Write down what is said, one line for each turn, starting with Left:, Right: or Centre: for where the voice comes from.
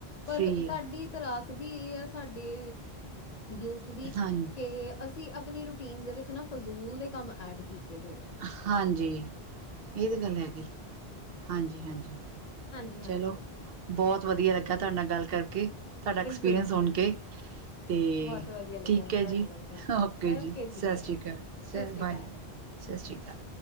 Left: ਪਰ
Right: ਫ੍ਰੀ
Left: ਸਾਡੀ।
Right: ਆ
Left: ਤਰਾਸ ਵੀ ਏ ਆ ਸਾਡੇ ਯੂਥ ਦੀ
Right: ਹਾਂ,
Left: ਕੇ ਅਸੀਂ। ਅਸੀਂ ਆਪਣੀ ਰੂਟੀਨ ਦੇ ਵਿੱਚ ਨਾ ਫਜ਼ੂਲ ਦੇ ਕੰਮ ਐਡ ਕੀਤੇ ਹੋਏ ਆ।
Right: ਹਾਂਜੀ, ਇਹ ਤੇ ਗੱਲ ਹੈਗੀ ਹਾਂਜੀ ਹਾਂਜੀ।
Left: ਹਾਂਜੀ
Right: ਚਲੋ
Left: ਹਾਂਜੀ।
Right: ਬਹੁਤ ਵਧੀਆ ਲੱਗਾ ਤੁਹਾਡੇ ਨਾਲ ਗੱਲ ਕਰਕੇ, ਤੁਹਾਡਾ ਐਕਸਪੀਰੀਅੰਸ
Left: ਬਿਲਕੁਲ ਜੀ।
Right: ਸੁਣ ਕੇ ਤੇ
Left: ਬਹੁਤ ਵਧੀਆ ਲੱਗਿਆ
Right: ਠੀਕ
Left: ਮੈਨੂੰ
Right: ਹੈ
Left: ਤੁਹਾਡੇ
Right: ਜੀ,
Left: ਨਾਲ ਗੱਲ ਕਰਕੇ।
Right: ਓਕੇ ਜੀ, ਸਤਿ
Left: ਬਾਏ,
Right: ਸ਼੍ਰੀ
Left: ਸਤਿ
Right: ਅਕਾਲ, ਸਰ
Left: ਸ਼੍ਰੀ
Right: ਬਾਏ।
Left: ਅਕਾਲ।
Right: ਸਤਿ ਸ਼੍ਰੀ ਅਕਾਲ।